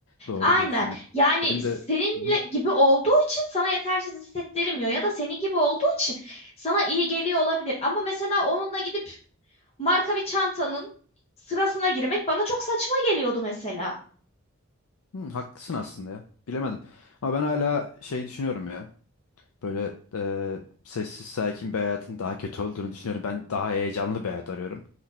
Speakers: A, on the left (about 85°); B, on the left (about 30°).
A: Doğru
B: Aynen.
A: diyorsun ya.
B: Yani
A: Benim
B: seninle
A: de hı hı.
B: gibi olduğu için sana yetersiz hissettirmiyor ya da senin gibi olduğu için sana iyi geliyor olabilir. Ama mesela onunla gidip marka bir çantanın sırasına girmek bana çok saçma geliyordu mesela.
A: Hı, haklısın aslında ya. Bilemedim. Ama ben hala şey düşünüyorum ya. Böyle e, sessiz sakin bir hayatın daha kötü olduğunu düşünüyorum. Ben daha heyecanlı bir hayat arıyorum.